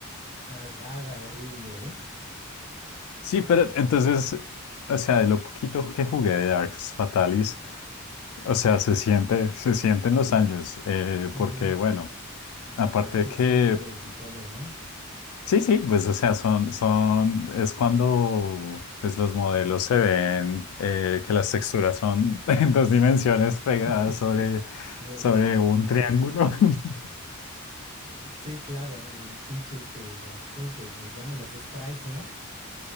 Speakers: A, on the right; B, on the left.
A: Cagada horrible, ¿eh?
B: Sí, pero
A: Yo-
B: entonces, o sea, de lo poquito que jugué de Arx Fatalis, o sea, se siente, se sienten los años, eh,
A: Ujú.
B: porque bueno,
A: Los
B: aparte
A: pixeles
B: de que,
A: y todo, ¿no?
B: sí, sí, pues, o sea, son, son, es cuando, pues, los modelos se ven, eh, que las texturas son <laughs> en dos dimensiones pegadas
A: <laughs>
B: sobre,
A: La-
B: sobre
A: la-
B: un triángulo. <laughs>
A: Sí, claro, el pinche este, los, ¿cómo se les llama? Los sprites, ¿no?